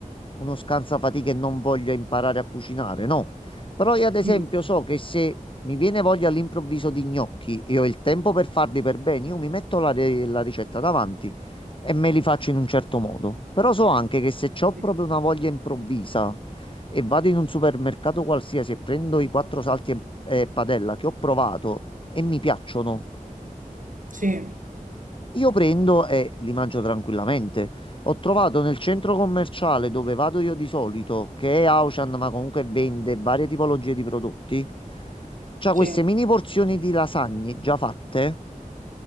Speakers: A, on the left; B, on the right.
A: uno scansafatiche e non voglia imparare a cucinare, no. Però io ad esempio
B: mm,
A: so che se mi viene voglia all'improvviso di gnocchi e ho il tempo per farli per bene, io mi metto la, re- la ricetta davanti e me li faccio in un certo modo. Però so anche che se ho proprio
B: sì,
A: una voglia improvvisa e vado in un supermercato qualsiasi e prendo i quattro salti e e padella che ho provato e mi piacciono.
B: sì,
A: Io prendo e li mangio tranquillamente. Ho trovato nel centro commerciale dove vado io di solito, che è Auchan, ma comunque vende varie tipologie di prodotti. C'ha
B: sì,
A: queste mini porzioni di lasagne già fatte,